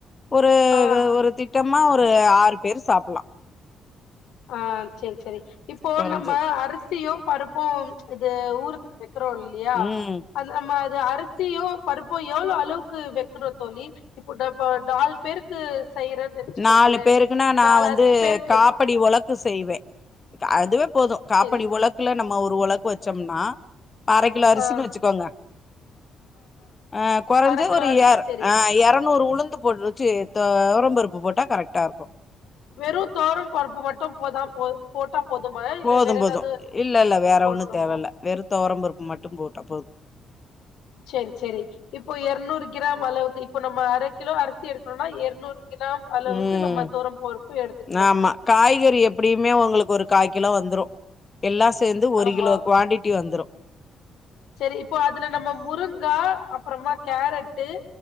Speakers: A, on the left; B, on the left.
A: ஒரு
B: ஆ
A: ஒரு திட்டமா ஒரு ஆறு பேர் சாப்பலா
B: ஆ சரி சரி இப்போ
A: கொறஞ்சு
B: நம்ம அரிசியு பருப்பு இது ஊரத்துக்கு வைக்கறோ இல்லியா
A: ம்
B: அது நம்ம அரசியு பருப்பு எவ்ளோ அளவுக்கு வெக்கணு தோழி இப்ப டப்ப நாலு பேருக்கு செய்யறேன்னு நெனச்சுக்கோங்களே
A: நாலு பேருக்குன்னா நா
B: நாலு
A: வந்து
B: அஞ்சு பேருக்கு
A: காப் ப்படி ஒலக்கு செய் வெ அதுவே போது காப்படி
B: சேரி
A: ஒலக்குல நம் ஒரு ஒலக்கு வெச்சம்னா அர கிலோ அரிசின்னு
B: ஆ
A: வெச்சுக்கோங்க ஆ கொறஞ்சுது
B: அர கிலோ
A: ஒரு
B: அரிசி
A: எர
B: சேரி
A: ஆ எர நூறு உளுந்து போடு ச்சி தெவரம்பருப்பு போட்டா கரெக்டா இருக்கு
B: வெறு தொவரம்பருப்பு மட்டும் போதா போது போட்டா போதுமா இல்ல
A: போதும்
B: வேற
A: போது
B: ஏதாவது
A: இல்லல்ல வேற
B: போடணுமா
A: ஒண்ணு தேவ இல்ல வெறு தொவரம்பருப்பு மட் டு போட்டா போது
B: செரி செரி இப்போ எரநூறு கிராம் அளவுக்கு இப்போ நம்ம அரக்கிலோ அரிசி எடுக்கறனா எரநூறு கிராம் அளவுக்கு
A: உம்
B: நம்ம துவரம் பருப்பு எடுத்துக்கணு
A: ஆமா காய்கறி எப்டியுமே உங்களுக்கு ஒரு காய்க் கிலோ வந்துரு எல்லா சேந்து ஒரு
B: ஆமா
A: கிலோ குவாண்டிட்டி வந்துரு
B: செரி இப்போ அதுல நம்ம முருங்கா அப்பறமா கேரட்டு